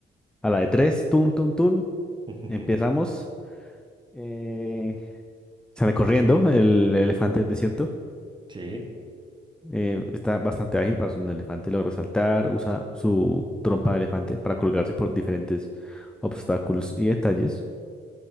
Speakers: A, in the centre; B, on the right.
A: a la de tres, tun, tun, tun,
B: <laughs>
A: empezamos. Eh, sale corriendo el elefante del desierto.
B: Sí,
A: Eh, está bastante ágil para ser un elefante, logra saltar, usa su trompa de elefante para colgarse por diferentes obstáculos
B: obs-
A: y detalles.